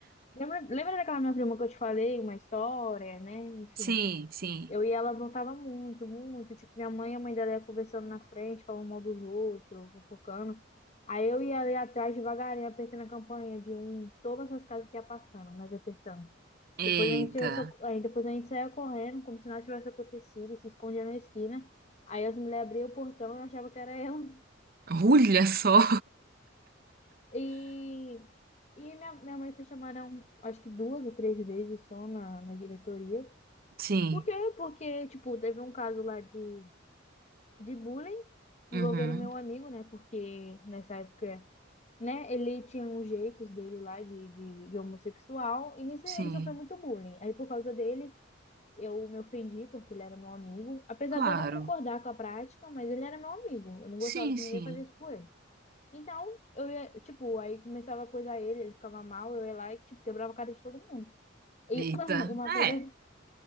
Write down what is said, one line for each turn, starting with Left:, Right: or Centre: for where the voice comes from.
Left: Lembra, lembra daquela minha prima que eu te falei, uma história, né? Enfim.
Right: Sim, sim.
Left: Eu e ela aprontava muito, muito. Tipo, minha mãe e a mãe dela ia conversando na frente, falando mal dos outros, fofocando. Aí eu ia ali atrás devagarinho, apertando a campainha de um de todas as casas que ia passando, nós apertando. Depois
Right: Eita,
Left: a gente, ia so- aí depois a gente saía correndo, como se nada tivesse acontecido, se escondia na esquina. Aí as mulheres abriam o portão e achavam que era ela.
Right: <laughs> olha só.
Left: E, e minha, minha mãe foi chamada, um- acho que duas ou três vezes só na, na diretoria.
Right: Sim,
Left: Por quê? Porque, tipo, teve um caso lá de, de bullying envolvendo
Right: uhum,
Left: meu amigo, né? Porque nessa época, né, ele tinha uns jeitos dele lá de, de, de homossexual. E nisso
Right: sim,
Left: ele sofreu muito bullying. Aí por causa dele, eu me ofendi porque ele era meu amigo. Apesar
Right: claro.
Left: de eu não concordar com a prática, mas ele era meu amigo. Eu não
Right: Sim,
Left: gostava que
Right: sim.
Left: ninguém fazia isso com ele. Então, eu ia, tipo, aí começava a coisar ele, ele ficava mal, eu ia lá e, tipo, quebrava a cara de todo mundo. E,
Right: Eita.
Left: <clears throat> e uma coisa
Right: É.